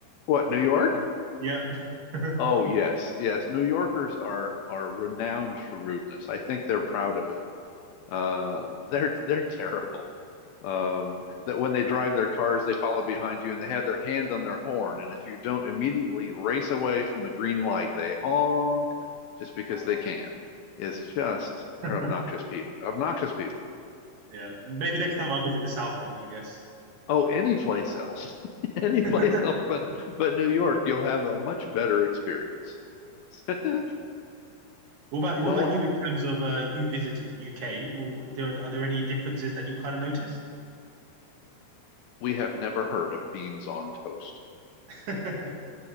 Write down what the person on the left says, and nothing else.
what, New York?
Oh, yes, yes. New Yorkers are are renowned for rudeness. I think they're proud of it. Uh, they're they're terrible. Um, that when they drive their cars, they follow behind you and they have their hand on their horn. And if you don't immediately race away from the green light, they honk just because
they can. It's just they're
obnoxious people. Obnoxious people.
Oh, any place else, <laughs> any
place else but but New York, you'll have a much better experience. <laughs>
Well,
we have never heard of beans on toast.